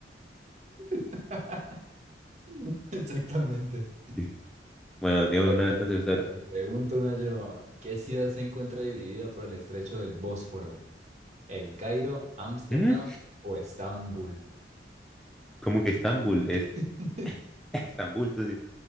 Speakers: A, on the right (about 40°); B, in the centre.
A: <laughs> Exactamente.
B: <laughs> Bueno, dígame
A: A
B: una
A: ver,
B: entonces, ahora.
A: me pregunto una yo, ¿qué ciudad se encuentra dividida por el estrecho del Bósforo? ¿El Cairo, Ámsterdam
B: ¿Mm?
A: o Estambul?
B: ¿Cómo que Estambul? Es
A: <laughs>
B: <laughs> Estambul, socio.